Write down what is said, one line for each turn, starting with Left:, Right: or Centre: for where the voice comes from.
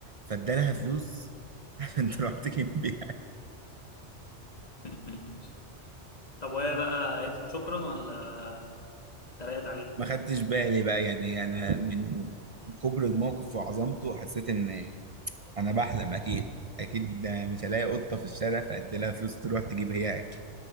Right: فادالها فلوس <laughs> عشان تروح تجيب بيها
Left: <laughs> طب وهي بقى قالت له شكرا ولا اتريقت عليه
Right: ما خدتش بالي بقى يعني انا من كبر الموقف وعظمته حسيت ان انا بحلم اكيد اكيد ده مش هلاقي قطة في الشارع فادي لها فلوس تروح تجيب هي اكل